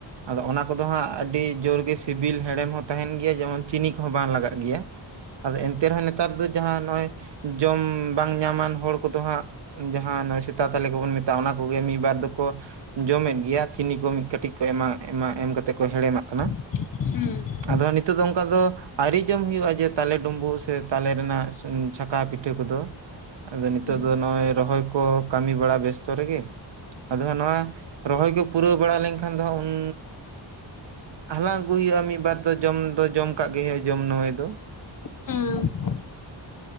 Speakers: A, on the right; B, on the left.
A: ᱟᱫᱚ ᱚᱱᱟ ᱠᱚᱫᱚ ᱦᱟᱸᱜ ᱟᱹᱰᱤ ᱡᱳᱨ ᱜᱮ ᱥᱤᱵᱤᱞ ᱦᱮᱲᱮᱢ ᱦᱚᱸ ᱛᱟᱦᱮᱸᱱ ᱜᱮᱭᱟ ᱡᱮᱢᱚᱱ ᱪᱤᱱᱤ ᱠᱚᱦᱚᱸ ᱵᱟᱝ ᱞᱟᱜᱟᱜ ᱜᱮᱭᱟ᱾ ᱟᱫᱚ ᱮᱱᱛᱮ ᱨᱮᱦᱚᱸ ᱱᱮᱛᱟᱨ ᱫᱚ ᱡᱟᱦᱟᱸ ᱱᱚᱜᱼᱚᱭ ᱡᱚᱢ ᱵᱟᱝ ᱧᱟᱢᱟᱱ ᱦᱚᱲ ᱠᱚᱫᱚ ᱦᱟᱸᱜ, ᱡᱟᱦᱟᱸ ᱱᱚᱜᱼᱚᱭ ᱥᱮᱛᱟ ᱛᱟᱞᱮ ᱠᱚᱵᱚᱱ ᱢᱮᱛᱟᱜᱼᱟ ᱚᱱᱟ ᱠᱚᱜᱮ ᱢᱤᱜᱵᱟᱨ ᱫᱚᱠᱚ ᱡᱚᱢᱮᱫ ᱜᱮᱭᱟ ᱪᱤᱱᱤ ᱠᱚ ᱢᱤᱜ ᱠᱟᱹᱴᱤᱜ ᱠᱚ ᱮᱢᱟᱜ ᱮᱢᱟᱜ ᱮᱢ ᱠᱟᱛᱮᱜ ᱠᱚ ᱦᱮᱲᱮᱢᱟᱜ ᱠᱟᱱᱟ᱾
B: ᱦᱩᱸ,
A: ᱟᱫᱚ ᱱᱤᱛᱳᱜ ᱫᱚ ᱚᱝᱠᱟ ᱫᱚ ᱟᱹᱣᱨᱤ ᱡᱚᱢ ᱦᱩᱭᱩᱜᱼᱟ, ᱡᱮ ᱛᱟᱞᱮ ᱰᱩᱢᱵᱩᱜ ᱥᱮ ᱛᱟᱞᱮ ᱨᱮᱱᱟᱜ ᱥᱩᱱᱩᱢ ᱪᱷᱟᱠᱟᱣ ᱯᱤᱴᱷᱟᱹ ᱠᱚᱫᱚ᱾ ᱟᱫᱚ ᱱᱤᱛᱚᱜ
B: ᱦᱩᱸ
A: ᱫᱚ ᱱᱚᱜᱼᱚᱭ ᱨᱚᱦᱚᱭ ᱠᱚ ᱠᱟᱹᱢᱤ ᱵᱟᱲᱟ ᱵᱮᱥᱛᱚ ᱨᱮᱜᱮ ᱟᱫᱚ ᱦᱟᱸᱜ ᱱᱚᱣᱟ ᱨᱚᱦᱚᱭ ᱠᱚ ᱯᱩᱨᱟᱹᱣ ᱵᱟᱲᱟ ᱞᱮᱱᱠᱷᱟᱱ ᱫᱚ ᱦᱟᱸᱜ ᱩᱱ ᱦᱟᱞᱟᱝ ᱟᱹᱜᱩ ᱦᱩᱭᱩᱜᱼᱟ ᱢᱤᱜᱵᱟᱨ ᱫᱚ ᱡᱚᱢ ᱫᱚ ᱡᱚᱢᱠᱟᱜ ᱜᱮ ᱦᱩᱭᱩᱜᱼᱟ ᱡᱚᱢ ᱱᱟᱹᱢᱟᱹᱭ ᱫᱚ᱾
B: ᱩᱸ,